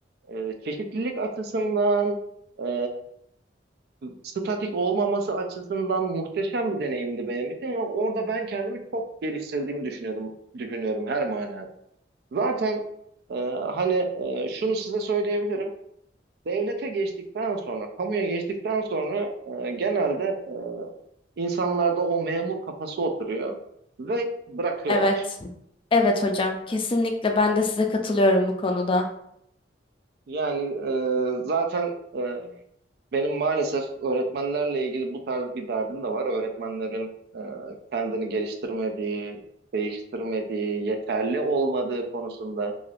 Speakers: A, on the right (about 60°); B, on the left (about 30°).
A: E, çeşitlilik açısından, e, statik olmaması açısından muhteşem bir deneyimdi benim için. Ve orada ben kendimi çok geliştirdiğimi düşünüyordum, düşünüyorum her manada. Zaten e, hani e, şunu size söyleyebilirim. Devlete geçtikten sonra, kamuya geçtikten sonra e, genelde e, insanlarda o memur kafası oturuyor ve bırakıyorlar.
B: Evet. Evet hocam. Kesinlikle ben de size katılıyorum bu konuda.
A: Yani e, zaten e, benim maalesef öğretmenlerle ilgili bu tarz bir derdim de var. Öğretmenlerin e, kendini geliştirmediği, değiştirmediği, yeterli olmadığı konusunda.